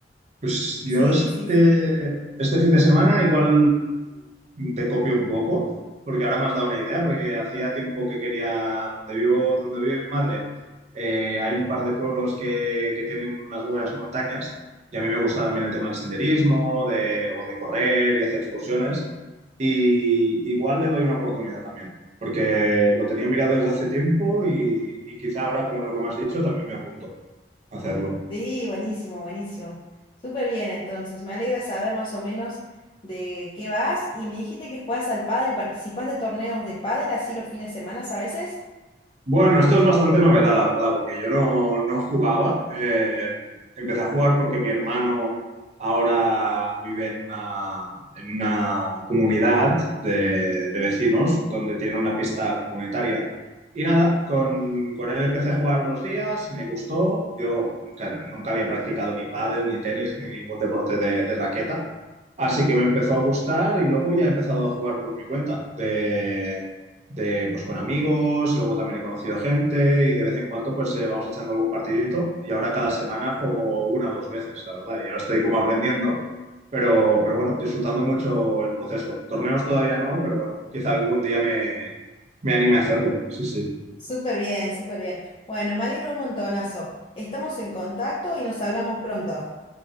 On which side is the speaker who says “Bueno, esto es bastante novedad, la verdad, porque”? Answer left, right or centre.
Right